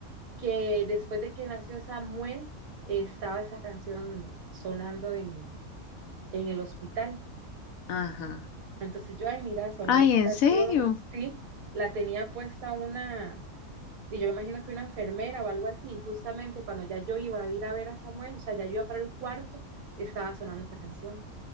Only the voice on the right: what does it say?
que después de que nació Samuel, estaba esa canción sonando en, en el hospital.
Entonces yo, ay, mira, sonó
esta
canción,
sí, la tenía puesta una, y yo imagino que una enfermera o algo así, y justamente cuando ya yo iba a ir a ver a Samuel, o sea, ya yo iba para el cuarto, estaba sonando esa canción.